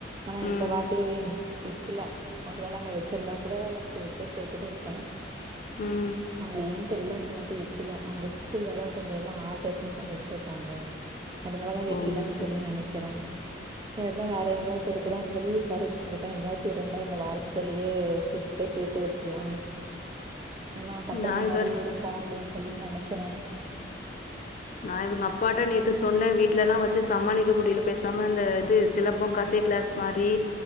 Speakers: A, on the right; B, on the left.
A: ஆனா இந்த
B: ம்
A: வாரத்திலயே வெக்கில ஒருவேளை அங்க வச்சிருந்தா கூட கொஞ்ச போய் சேத்துட்டு இருப்பே
B: ம்
A: அங்காய் தில்ல இந்த வாட்டி வெக்கல எங்க ஸ்கூல் வேர கொஞ்ச எல்லா ஆல்ட்ரெஷன் பண்ணி ருக்காங்க அதனால வைக்கலன்
B: ஓ செரி
A: சொல்லி நெனைக்கிறே
B: செரி
A: செரிதா வேற எங்கேயாவது இருக்குத்தானு சொல்லி <unintelligible> எங்கயாது இருந்தா இந்த வாரத்திலே குடிட்டு போய் சேர்த்து விட்டுருலா என்னா கட்டண
B: நா இவர்
A: மாரி இருக்கு அப்டின்னு சொல்லி நினைக்கிறே
B: நா இவுங்க அப்பாட்ட நேத்து சொன்னே வீட்லல்லா வச்சி சமாளிக்க முடியல பேச பேசாம அ அந்த இது சிலம்பம் கராத்தி கிளாஸ் மாரி